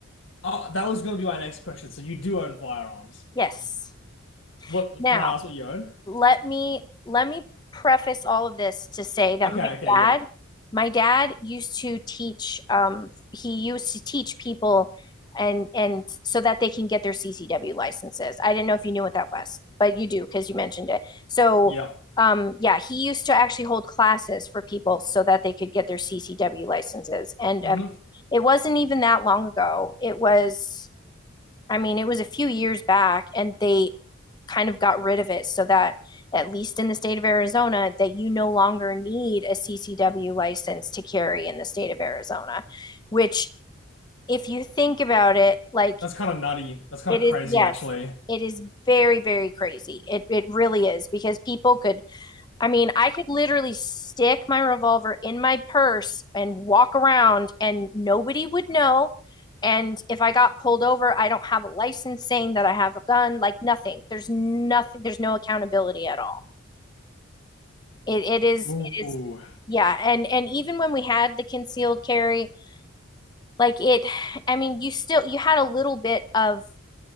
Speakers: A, on the left; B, on the left.
A: Oh, that was gonna be my next question. So you do own firearms.
B: Yes.
A: What
B: Now,
A: can I ask what you own?
B: let me let me preface all of this to say that
A: Okay,
B: my
A: okay,
B: dad
A: yeah,
B: my dad used to teach um he used to teach people and and so that they can get their CCW licenses. I didn't know if you knew what that was, but you do because you mentioned it. So
A: yeah.
B: um yeah, he used to actually hold classes for people so that they could get their CCW licenses and
A: hmm
B: uh, it wasn't even that long ago. It was I mean, it was a few years back and they kind of got rid of it so that at least in the state of Arizona that you no longer need a CCW license to carry in the state of Arizona, which if you think about it, like
A: That's kind of nutty. That's kind
B: it
A: of
B: is
A: crazy,
B: yes,
A: actually.
B: it is very very crazy. It it really is because people could I mean, I could literally stick my revolver in my purse and walk around and nobody would know. And if I got pulled over, I don't have a license saying that I have a gun, like nothing. There's nothing, there's no accountability at all. It it is
A: Ooh.
B: it is yeah, and and even when we had the concealed carry, like it, <sighs> I mean, you still you had a little bit of